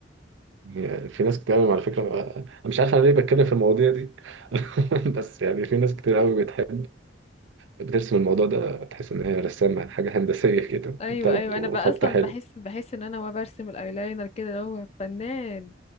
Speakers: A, on the right (about 80°); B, on the left (about 35°).
A: يعني في ناس كتير قوي على فكرة آه، أنا مش عارف أنا ليه بتكلم في المواضيع دي <laughs> بس يعني في ناس كتير قوي بتحب بترسم الموضوع ده تحس إن هي رسامة حاجة هندسية <laughs> كده
B: ايوه
A: بتاخده
B: ايوه انا بقى
A: خط
B: اصلا
A: حلو
B: بحس بحس ان انا وانا برسم الايلاينر كده اللي هو فنان